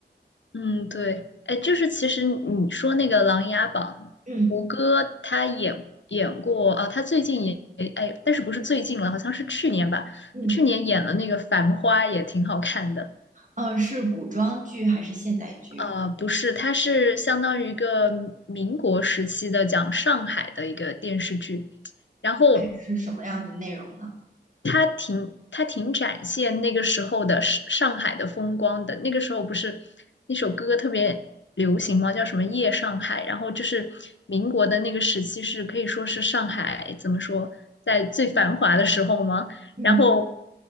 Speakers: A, on the left; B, on the right.
A: 嗯，对，哎，就是其实你说那个《琅琊榜》，
B: 嗯
A: 胡歌他演演过啊，他最近也哎，但是不是最近了，好像是去年吧，
B: 嗯，
A: 去年演了那个《繁花》，也挺好看的。
B: 呃，是古装剧还是现代剧？
A: 呃，不是，他是相当于一个民国时期的讲上海的一个电视剧，然后
B: 是什么样的内容呢？
A: 他挺他挺展现那个时候的上上海的风光的。那个时候不是那首歌特别流行吗？叫什么《夜上海》？然后就是民国的那个时期是可以说是上海怎么说，在最繁华的时候吗？
B: 嗯。
A: 然后